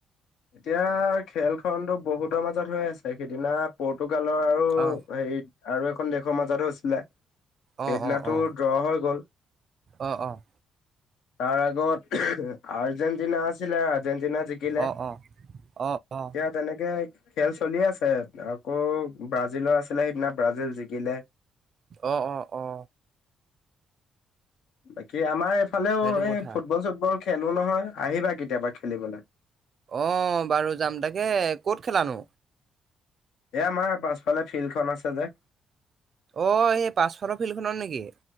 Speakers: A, on the left; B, on the right.
A: এতিয়া খেলখনতো বহুতৰ মাজত হৈ আছে, সিদিনা পৰ্টো গালৰ আৰু
B: অ
A: হেৰি আৰু এখন দেশৰ মাজত হৈছিলে।
B: অ
A: সেইদিনাটো
B: অ অ
A: ড্ৰ হৈ গ'ল।
B: অ', অ।
A: তাৰ আগত আৰ্জেণ্টিনা আছিলে জেন্তিনা জিকিলে
B: অ অ অ', অ।
A: এতিয়া তেনেকে খেল চলি আছে, আকৌ ব্ৰাজিলৰ আছিলে সিদিনা ব্ৰাজিল জিকিলে
B: অ', অ, অ।
A: বাকী আমাৰ ইফালেও
B: সেইটো কথা
A: এই ফুটবল চুটবল খেল <unintelligible> নহয় আহিবা কেতিয়াবা খেলিবলৈ।
B: অ', বাৰু যাম, তাকে ক'ত খেলানো?
A: এ আমাৰ পাছফালে ফিল্ড খন আছে যে
B: অ', সেই পাছফালৰ ফিল্ড খনত নেকি।